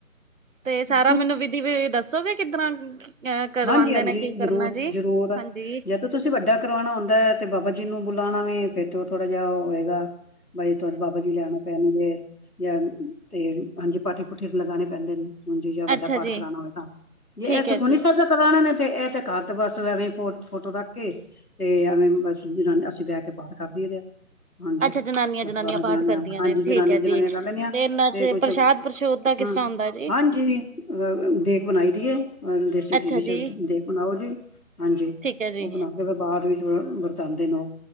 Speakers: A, on the right; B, on the left.
A: ਤੇ ਸਾਰਾ,
B: ਤੁ
A: ਮੈਨੂੰ ਵਿਧੀ ਦੱਸੋਗੇ ਕਿਦਰਾਂ। ਆਂ ਕਰਵਾਉਂਦੇ
B: ਹਾਂਜੀ-ਹਾਂਜੀ,
A: ਨੇ। ਕੀ ਕਰਨਾ
B: ਜ਼ਰੂਰ,
A: ਜੀ
B: ਜ਼ਰੂਰ।
A: ਹਾਂਜੀ।
B: ਜਾਂ ਤਾਂ ਤੁਸੀਂ ਵੱਡਾ ਕਰਵਾਉਣਾ ਹੁੰਦਾ ਹੈ। ਤੇ ਬਾਬਾ ਜੀ ਨੂੰ ਬੁਲਾਉਣਾ ਹੋਵੇ ਫਿਰ ਉਹ ਥੋੜਾ ਜਿਹਾ ਉਹ ਹੋਵੇਗਾ। ਬਾਈ ਤੁਰ ਬਾਬਾ ਜੀ ਲੈਉਣੇ ਪੈਣਗੇ। ਜਾਂ ਤੇ ਹਾਂਜੀ ਪਾਠੀ ਪੁੂਠੀ ਲਗਾਉਣੇ ਪੈਂਦੇ ਨੇਂ। ਹਾਂਜੀ ਵੱਡਾ
A: ਅੱਛਾ
B: ਪਾਠ
A: ਜੀ,
B: ਕਰਾਉਣਾ ਹੋਵੇ। ਤਾਂ ਜੇ
A: ਠੀਕ
B: ਇਹ ਸੁਖਮਨੀ
A: ਹੈ ਜੀ।
B: ਸਾਹਿਬ ਦਾ। ਨੇ ਤੇਂ ਇਹ ਤੇ ਕਰਦ ਬਸ ਐਵੇਂ ਫੋਟੋ ਰੱਖ ਕੇ। ਤੇ ਐਵੇਂ ਬਸ ਜ ਅਸੀਂ ਬੈ ਕੇ ਪਾਠ ਕਰਦੀਏ ਦੇ ਆਂ। ਹਾਂਜੀ
A: ਅੱਛਾ ਜਨਾਨੀਆਂ
B: ਦਸ ਬਾਰਾਂ
A: ਪਾਠ
B: ਜਨਾਨੀਆਂ
A: ਕਰਦੀਆਂ
B: ਹਾਂਜੀ।
A: ਨੇ ਠੀਕ
B: ਜਨਾਨੀਆਂ
A: ਹੈ
B: ਜਨਾਨੀਆਂ
A: ਜੀ।
B: ਕਰ ਲੈਂਦੀਆਂ।
A: ਤੇ ਇਹਨਾਂ ਚ
B: ਕੋਈ ਸ
A: ਪ੍ਰਸ਼ਾਦ ਪ੍ਰਸ਼ੂਦ ਦਾ ਕਿਸ
B: ਹਾਂ
A: ਤਰ੍ਹਾਂ ਹੁੰਦਾ ਜੀ?
B: ਹਾਂਜੀ ਅਹ ਦੇਗ ਬਣਾਈ ਦੀ ਹੈ। ਦੇ
A: ਅੱਛਾ ਜੀ,
B: ਦੇਂਗ ਬਣਾਓ ਜੀ। ਹਾਂਜੀ
A: ਠੀਕ ਹੈ ਜੀ,
B: ਉਹ ਬਣਾ ਕੇ ਬਾਅਦ ਵਿੱਚ ਵਰਤਉਂਦੇ ਨੇ। ਉਹ